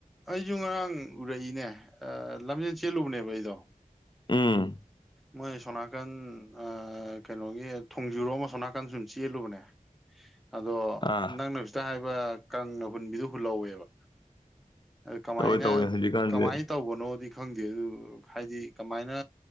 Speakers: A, in the centre; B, on the left.
A: ꯑꯩꯖꯨ ꯉꯔꯥꯡ ꯎꯔꯛꯏꯅꯦ ꯑ ꯂꯝꯖꯦꯟ ꯆꯦꯜꯂꯨꯕꯅꯦꯕ ꯑꯩꯗꯣ
B: ꯎꯝ
A: ꯃꯣꯏ ꯁꯣꯅꯥꯀꯟ ꯑ ꯀꯩꯅꯣꯒꯤ ꯊꯣꯡꯖꯨꯔꯣꯝ ꯑꯁꯣꯝꯅꯥꯀꯟ ꯁꯨꯝ ꯆꯦꯜꯂꯨꯕꯅꯦ
B: <inaudible>
A: ꯑꯗꯣ
B: ꯑꯥ
A: ꯅꯪꯅ ꯍꯧꯖꯤꯇ ꯍꯥꯏꯕ ꯀꯪꯒ ꯍꯨꯟꯕꯤꯗꯨ ꯍꯨꯜꯍꯧꯋꯦꯕ ꯑꯗꯨ ꯀꯃꯥꯏꯅ
B: ꯇꯧꯋꯦ ꯇꯧꯋꯦ ꯍꯧꯖꯤꯛꯀꯥꯟꯁꯦ
A: ꯀꯃꯥꯏ ꯇꯧꯕꯅꯣꯗꯤ ꯈꯪꯗꯦ ꯑꯗꯨ ꯍꯥꯏꯗꯤ ꯀꯃꯥꯏꯅ